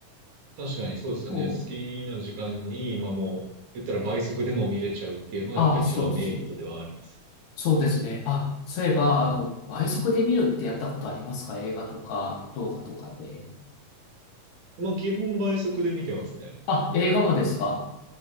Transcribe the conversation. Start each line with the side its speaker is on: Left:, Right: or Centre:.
Right: 確かにそうですよね。
Left: そう。
Right: 好きな時間に、まあもう、言ったら倍速でも見れちゃうっていうのがやっぱ一番メリットではあります。
Left: ああ、そうそう。そうですね。あ、そういえば、あの、
Right: うん。
Left: 倍速で見るってやったことありますか映画とか、動画とかで。
Right: まあ基本倍速で見てますね。
Left: あ、映画もですか